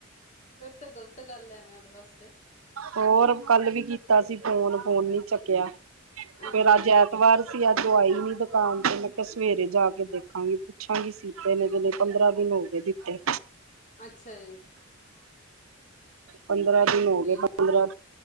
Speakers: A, on the left; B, on the right.
A: ਫਿਰ ਤੇ ਗ਼ਲਤ ਗੱਲ ਆ ਐੰਵੇੈਂ ਉਹਦੇ ਵਾਸਤੇ।
B: ਹੋਰ ਕੱਲ ਵੀ ਕੀਤਾ ਸੀ ਫੋਨ, ਫੋਨ ਨੀ ਚੱਕਿਆ
A: ਅੱਛਾ
B: ਫੇਰ ਅੱਜ
A: ਜੀ,
B: ਐ। ਤਵਾਰ ਸੀ ਅੱਜ ਓ ਆਈ ਨੀ ਦੁਕਾਨ ਤੇ, ਮੈਂ ਕਿਹਾ ਸਵੇਰੇ ਜਾ ਕੇ ਦੇਖਾਂਗੀ। ਪੁੱਛਾਂ ਗੀ ਸੀਤੇ ਨੇ ਕਿ ਨੀ, ਪੰਦਰਾਂ ਦਿਨ ਹੋ ਗੇ ਦਿੱਤੇ।
A: ਅੱਛਾ ਜੀ।
B: ਪੰਦਰਾਂ ਦਿਨ ਹੋ
A: ਠੀਕ।
B: ਗਏ। ਪੰਦਰਾਂ,